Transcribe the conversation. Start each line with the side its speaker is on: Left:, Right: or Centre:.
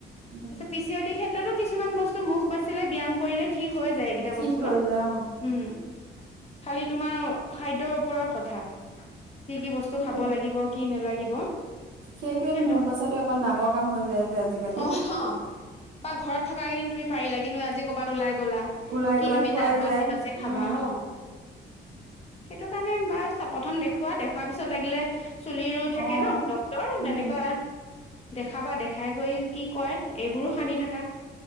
Right: উম
Left: পিচিঅডি ক্ষেত্ৰতো কিছু- কিছুমান বস্তু মুখ বাচিলে ব্যায়াম কৰিলে ঠিক- হৈ যায় এইকেইটা
Right: ঠিক
Left: বস্তু
Right: হৈ যায় অ
Left: উম। খালি তোমাৰ খাদ্যৰ ওপৰত কথা। কি কি বস্তু
Right: সেইটোৱে
Left: খাব লাগিব, কি নালাগিব
Right: সেইটোৱেতো
Left: সেই-
Right: মুখ বচাটো অকণ ডাঙৰ কাম হৈ যায় যে আজিকালি
Left: অ অ বা ঘৰত থকা কেইদিন- তুমি পাৰিলা, কিন্তু আজি ক'ৰবাত ওলাই - গলা
Right: ওলাই
Left: কি
Right: গলা
Left: তুমি
Right: খোৱাই
Left: তাত বাচি
Right: যায়
Left: বাচি খাবা
Right: উম
Left: অ সেইটো কাৰণে বাৰু চব প্ৰথম দেখওুৱা দেখুৱাৰ পিছত লাগিলে- চুলিৰো
Right: অ
Left: থাকে ন ডক্তৰ
Right: উম
Left: তেনেকুৱা- দেখাবা দেখাই কৰি কি কয় এইবোৰো সানি থাকা